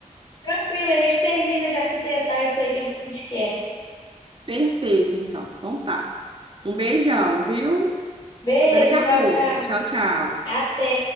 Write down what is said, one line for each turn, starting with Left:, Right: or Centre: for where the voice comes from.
Left: Tranquilo, a gente termina de arquitetar isso aí que a gente quer.
Right: Perfeito, então. Então tá. Um beijão, viu?
Left: Beijo,
Right: Até daqui a
Left: tchau,
Right: pouco.
Left: tchau.
Right: Tchau, tchau.
Left: Até.